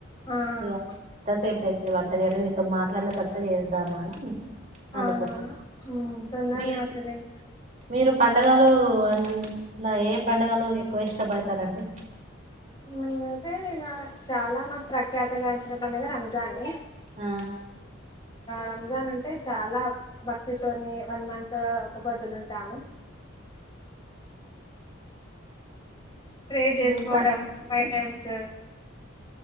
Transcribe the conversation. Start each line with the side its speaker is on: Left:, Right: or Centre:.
Left: ఆ
Right: ఇగ ఎంతసేపు వంట గాని నీతో మాట్లాడిన తర్వాత చేద్దాము అని
Left: అవునువును
Right: అనుకుంటున్న
Left: తొందరనే
Right: మీరు
Left: అవుతది ఎంత
Right: మీరు పండగలు అలా ఏ పడుగలు ఎక్కువ ఇష్టపడతారండి
Left: నేనంటే ఇగా చాలా మాకు ప్రఖ్యాత గాచిన పండుగ రంజానే
Right: ఆ
Left: రంజాన్ అంటే చాలా భక్తితోని వన్ మంత్ ఒక పోద్దులు ఉంటాము ప్రే చేసుకోవడం
Right: ఇంకా
Left: ఫైవ్ టైమ్స్